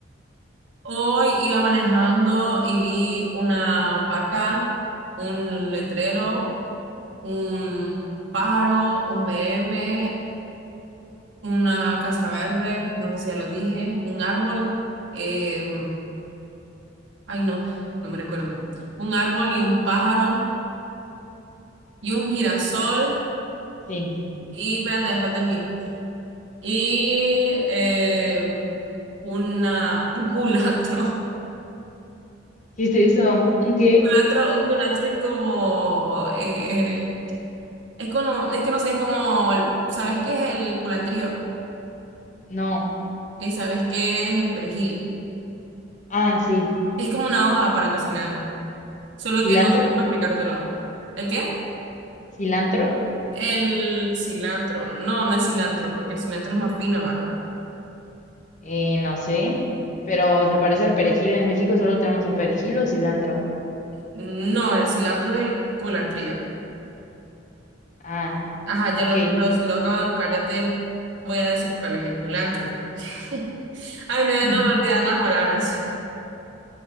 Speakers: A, on the right; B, on the left.
A: Hoy iba manejando y vi una vaca, un letrero, un pájaro, un BM, una casa verde, no sé si ya lo dije, un árbol, eh, ay no, no me recuerdo, un árbol y un pájaro y un girasol
B: Sí.
A: y espérate, me falta el mí. Y eh, una, un culantro, <laughs>
B: ¿Qué es eso? ¿Un qué?
A: un culantro, un culantro y como... Eh, Es como, es que no sé, es como, el- ¿sabes qué es el culantrío?
B: No.
A: ¿Y sabes qué es el perejil?
B: Ah, sí.
A: Es como una hoja para cocinar, solo
B: ¿Cilantro?
A: que no sé cómo explicártelo. ¿El qué?
B: ¿Cilantro?
A: El cilantro. No, no es cilantro, porque el cilantro es más fino, ¿verdad?
B: Eh, no sé. Pero se parece al perejil. En México solo tenemos o perejil o cilantro.
A: No, el cilantro es el culantrío.
B: Ah,
A: Ajá, ya
B: ok.
A: lo, los- lo acabo de buscar, ya te voy a decir cuál es el culantro. <laughs> Ay, no,
B: <laughs>
A: no voy a olvidar las palabras. <laughs>